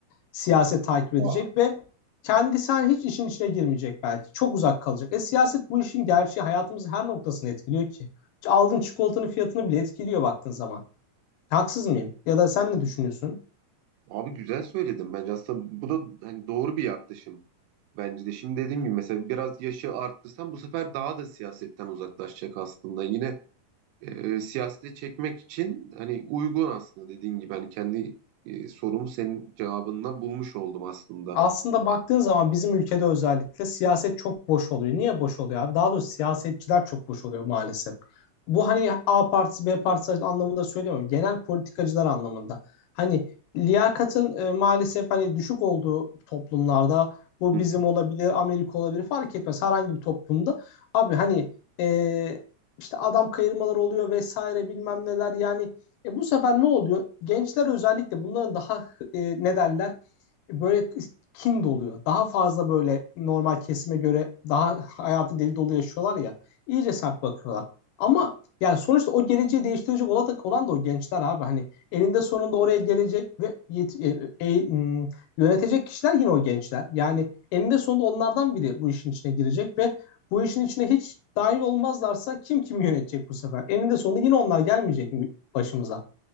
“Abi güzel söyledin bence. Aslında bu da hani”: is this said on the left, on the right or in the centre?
Right